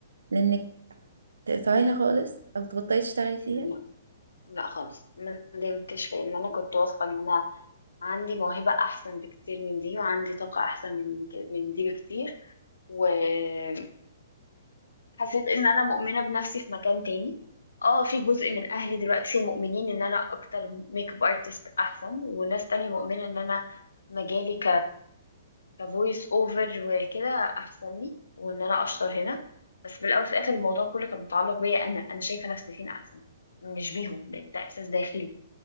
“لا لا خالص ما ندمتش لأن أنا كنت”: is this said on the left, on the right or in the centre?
Left